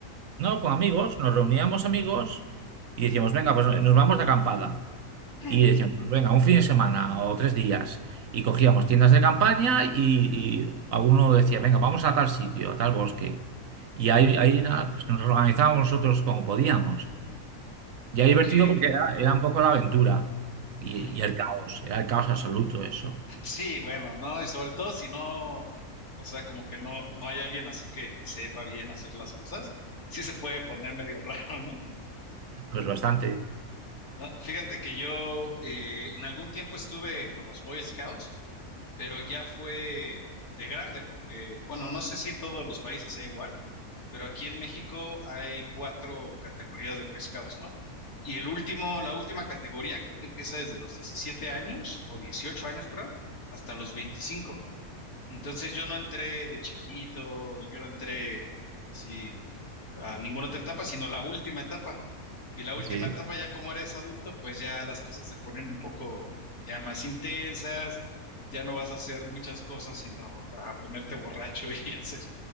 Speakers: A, on the right; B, on the left.
A: No, con amigos, nos reuníamos amigos y decíamos, venga, pues nos vamos de acampada.
B: <clears throat>
A: Y decíamos, pues venga, un fin de semana o tres días. Y cogíamos tiendas de campaña y, y alguno decía, venga, vamos a tal sitio, a tal bosque. Y ahí, ahí nada, pues nos organizábamos nosotros como podíamos. Y era
B: Ok.
A: divertido porque era, era un poco la aventura y,
B: Ujú.
A: y el caos, era el caos absoluto eso.
B: Sí, bueno, no, y sobre todo si no, o sea, como que no, no hay alguien así que le sepa bien hacer las cosas, sí se puede poner medio <laughs> raro, ¿no?
A: Pues bastante,
B: No, fíjate que yo eh, en algún tiempo estuve con los Boy Scouts, pero ya fue de grande, porque, bueno, no sé si en todos los países sea igual, pero aquí en México hay cuatro categorías de Boy Scouts, ¿no? Y el último, la última categoría creo que empieza desde los 17 años o 18 años, creo, hasta los 25. Entonces yo no entré de chiquito, yo no entré, sí, a ninguna otra etapa, sino la última etapa. Y la última
A: sí,
B: etapa, ya como eres adulto, pues ya las cosas se ponen un poco ya más intensas, ya no vas a hacer muchas cosas, sino a ponerte borracho y <laughs> hacer,